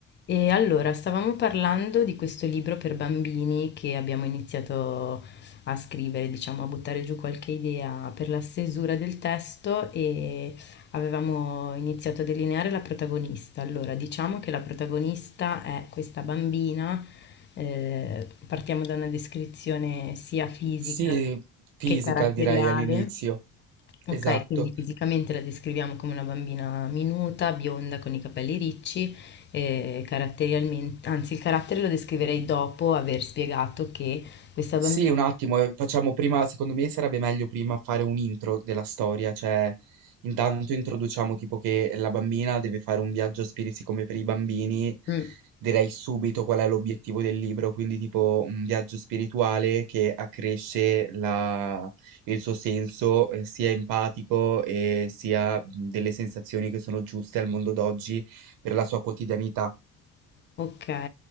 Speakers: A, on the left; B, on the right.
A: E allora, stavamo parlando di questo libro per bambini che abbiamo iniziato a scrivere, diciamo, a buttare giù qualche idea per la stesura del testo e avevamo iniziato a delineare la protagonista. Allora, diciamo che la protagonista è questa bambina, eh, partiamo da una descrizione sia fisica
B: Sì, fisica
A: che caratteriale.
B: direi all'inizio,
A: Ok,
B: esatto.
A: quindi fisicamente la descriviamo come una bambina minuta, bionda, con i capelli ricci, e caratterialmente, anzi il carattere lo descriverei dopo aver spiegato che questa
B: Sì,
A: bambina...
B: un attimo, eh, facciamo prima, secondo me sarebbe meglio prima fare un intro della storia, cioè intanto introduciamo tipo che la bambina deve fare un viaggio a spiriti come per i bambini,
A: Mm,
B: direi subito qual è l'obiettivo del libro, quindi tipo un viaggio spirituale che accresce la- il suo senso eh, sia empatico e sia delle sensazioni che sono giuste al mondo d'oggi per la sua quotidianità.
A: ok,